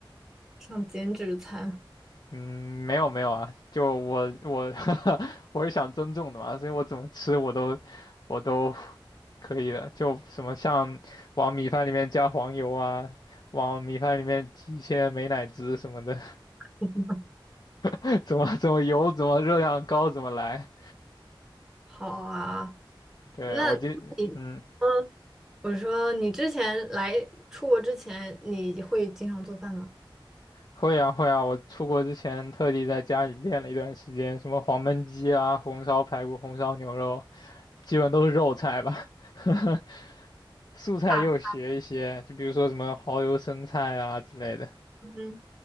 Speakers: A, in the centre; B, on the left.
A: 像减脂餐。
B: 嗯，没有没有啊，就我我 <laughs> 我是想增重的嘛，所以我怎么吃我都我都可以的，就什么像往米饭里面加黄油啊，往米饭里面挤一些美乃滋什么的，
A: <laughs>
B: <laughs> 怎么怎么油怎么热量高怎么来。
A: 好啊，
B: 对，
A: 那
B: 我今嗯
A: 嗯，我说你之前来出国之前，你会经常做饭吗？
B: 会啊会啊，我出国之前特地在家里练了一段时间，什么黄焖鸡啊、红烧排骨、红烧牛肉，基本都是肉菜吧。<laughs> 素菜又学一些，
A: 大菜，
B: 就比如说什么蚝油生菜啊之类的。
A: 嗯